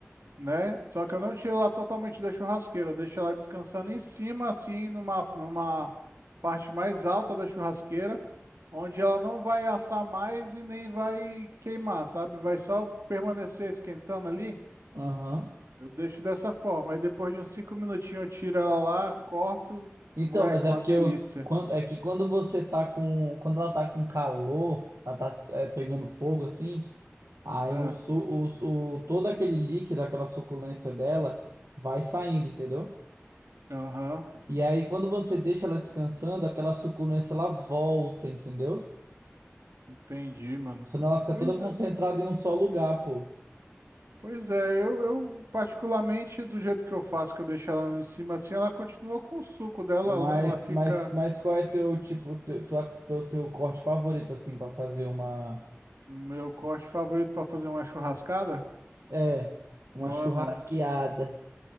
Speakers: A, on the right (about 70°); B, on the right (about 85°).
A: né? Só que eu não tiro ela totalmente da churrasqueira, eu deixo ela descansando em cima, assim, numa, numa parte mais alta da churrasqueira, onde ela não vai assar mais e nem vai queimar, sabe? Vai só permanecer esquentando ali.
B: Aham.
A: Eu deixo dessa forma. Aí depois de uns cinco minutinhos eu tiro ela lá, corto.
B: Então,
A: Moleque,
B: mas é
A: uma
B: porque
A: delícia.
B: eu, quando, é que quando você tá com, quando ela tá com calor, ela tá é, pegando fogo assim, aí
A: Ah,
B: o, su, o, o- todo aquele líquido, aquela suculência dela vai saindo, entendeu?
A: aham.
B: E aí quando você deixa ela descansando, aquela suculência ela volta, entendeu?
A: Entendi, mano.
B: Senão ela fica
A: Pois
B: toda concentrada
A: é.
B: em um só lugar, pô.
A: Pois é, eu, eu particularmente, do jeito que eu faço, que eu deixo ela de cima assim, ela continua com o suco dela,
B: Mas,
A: né? Ela fica
B: mas, mas qual é teu tipo, teu, tua- teu, teu corte favorito assim pra fazer uma,
A: meu corte favorito pra fazer uma churrascada.
B: é, uma
A: Mano,
B: churrasqueada?